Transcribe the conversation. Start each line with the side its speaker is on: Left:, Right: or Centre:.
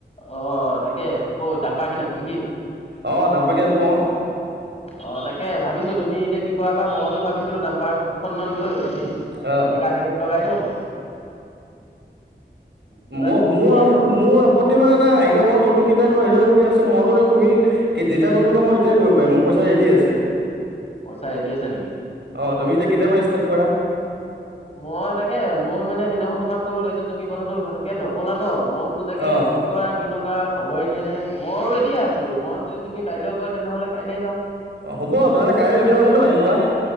Left: অ তাকে আকৌ দাম পাৰ কিন নেকি?
Right: অঁ দামপা কিনাটো অঁ।
Left: অ তাকে ভাবিছো তুমি এতিয়া কি কৰাবা মইতো ভাবিছিলো দামপাৰ এখন দুখনমান লৈ আমি
Right: অ'
Left: এনেকা হেৰিত লগাই দিওঁ কিবা
Right: মই মোৰ
Left: সুমিয়াই দিওঁ
Right: -
Left: আৰু
Right: মোৰ আপত্তি মানে নাই এতিয়া মই তুমি কেতিয়া ক সেইটোৱে ৰখি আছো মইতো নে তুমি কি যেতিয়া কৰিবম ক মই তেতিয়াই কৰিব পাৰি মোৰ পইচা ৰেদি আছে।
Left: পইচা ৰেডি আছে নেকি?
Right: অঁ তুমি এতিয়া কেতিয়াবা ষ্টাৰ্ট কৰা?
Left: মই তাকে মোৰ মানে সেইদিনাখন তোমাৰ ক'লো তাৰপিছত তুমি কথাটো ভালকে নপলা ন মই বোলো তাকে
Right: অ'
Left: কি কৰা কি নকৰা খবৰে দিয়ে নে মই ৰেডিয়ে আছিলো, মই যদি তুমি কাইলৈও কয় তেনেহ'লে কাইলে যাওঁ।
Right: অ হ'ব তেনে কাইলৈ দুটা ওলাই নো ৰাতিপুৱা?